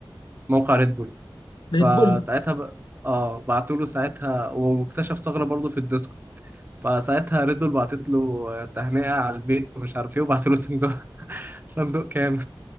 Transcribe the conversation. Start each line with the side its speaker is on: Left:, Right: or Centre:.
Right: في موقع ريد بول فساعتها
Left: ده هيت بول
Right: ب... اه بعتوا له ساعتها واكتشف ثغرة برضه في الديسكو فساعتها ريد بول بعتت له آه، تهنئة على البيت ومش عارف ايه وبعتوا له صندوق <laughs> صندوق كام